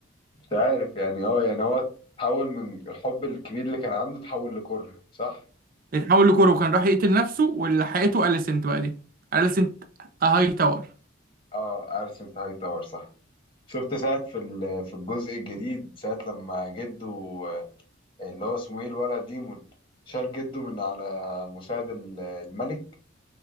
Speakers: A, on the left; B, on the right.
A: مش عارف يعني آه يعني هو تحول من الحب الكبير اللي كان عنده تحول لكره صح؟
B: اتحول لكوره وكان راح يقتل نفسه واللي حقته اليسنت بقى دي اليسنت هاي تاور
A: آه أرسنال هاي تاور صح شفت ساعة في ال- في الجزء الجديد ساعة لما جده آه، اللي هو اسمه إيه الولد ديمون شال جده من على مساعد ال- الملك